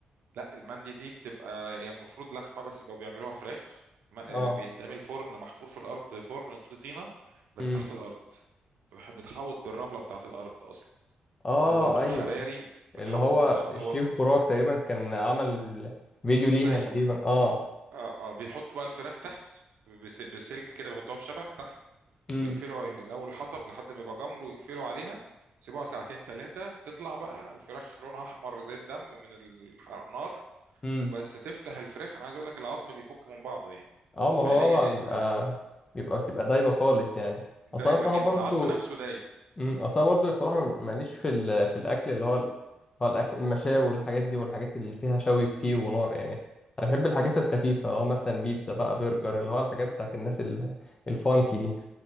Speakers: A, on the right (about 70°); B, on the left (about 25°).
A: لأ المندي دي بتبقى هي المفروض لحمة، بس بقوا بيعملوها فراخ م آآ،
B: اه
A: بيتعمل فرن محفور في الأرض، فرن ط طينة بس
B: امم
A: تحت الأرض، مح متحوّط بالرملة بتاعة الأرض أصلًا،
B: اه
A: هو طوب
B: ايوه
A: حراري
B: اللي
A: متحوّط
B: هو
A: بالأرض،
B: الشيف
A: هو
B: براك تقريبا كان عمل فيديو ليها
A: زيّه
B: تقريبا اه
A: اه اه بيحطوا بقى الفراخ تحت بس- بسلك كده بيحطوها في شبك تحت
B: امم
A: ويقفلوا الاول حطب لحد ما يبقى جمر ويقفلوا عليها يسيبوها ساعتين ثلاثه تطلع بقى الفراخ لونها احمر زي الدم من الح- النار
B: اه
A: وبس تفتح الفراخ انا عايز اقول لك العظم بيفك من بعضه يعني
B: اه ما هو
A: فعليا انت
B: بيبقى بيبقى بتبقى دايبه خالص يعني اصل
A: دايبه
B: انا الصراحه
A: جدا
B: برضو
A: العظم نفسه دايب
B: امم اصل أنا برضو الصراحه ماليش في ال... في الاكل اللي هو ال... هو الاكل المشاوي والحاجات دي والحاجات اللي فيها شوي كتير ونار يعني انا بحب الحاجات الخفيفه اللي هو مثلا بيتزا بقى برجر اللي هو الحاجات بتاعت الناس ال... الفانكي دي